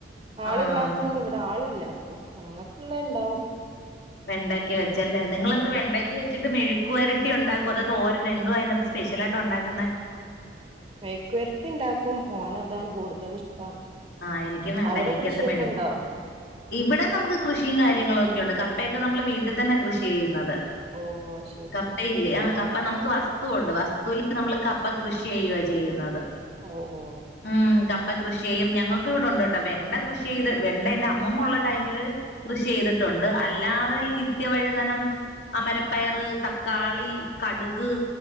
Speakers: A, on the right (about 30°); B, on the left (about 60°).
A: ആളില്ലാത്തോണ്ട്
B: ആഹ്
A: ഇവിടെ ആളില്ല അപ്പൊ ഞങ്ങൾക്ക്ള്ളത്ഇണ്ടാവും
B: വെണ്ടക്കെ വെച്ചല്ലേ നിങ്ങളെന്താ വെണ്ടക്ക വെച്ചിട്ട് മെഴുക്കുവരട്ടി ഉണ്ടാക്കോ അതോ തോരനോ എന്താ അതിനകത്ത് സ്പെഷ്യലായിട്ട് ഉണ്ടാക്കുന്നെ
A: മെഴുക്കുരട്ടി ഉണ്ടാക്കും മോന ഇതാണ് കൂടുതൽ ഇഷ്ടം
B: ആഹ് എനിക്കും വെണ്ടയ്ക്കക്കകത്ത്
A: അവിടെ കൃഷിയൊക്കെണ്ടോ
B: മെഴുക്ക് ഇവിടെ നമുക്ക് കൃഷിയും കാര്യങ്ങളും ഒക്കെ ഉണ്ട് ക കപ്പയൊക്കെ നമ്മള് വീട്ടിൽ തന്നെ കൃഷി ചെയ്യുന്നത്
A: ഓ ശരി
B: കപ്പയില്ലേ ആ ക അപ്പൊ നമുക്ക് വസ്തുവുണ്ട് വസ്തുവിൽ നമ്മൾ കപ്പ കൃഷി ചെയ്യുവ ചെയ്യുന്നത്
A: ഒ ഓ
B: ഉം കപ്പ കൃഷി ചെയ്യും ഞങ്ങൾക്ക് ഇവിടെണ്ട് ട്ടോ വെണ്ട കൃഷി ചെയ്ത് വെണ്ട എൻ്റെ അമ്മൂമ്മ ഉള്ള ടൈമില് കൃഷി ചെയ്ത്ട്ടുണ്ട് അല്ലാതെ ഈ നിത്യവഴുതനം അമരപ്പയറ് തക്കാളി കട്ക്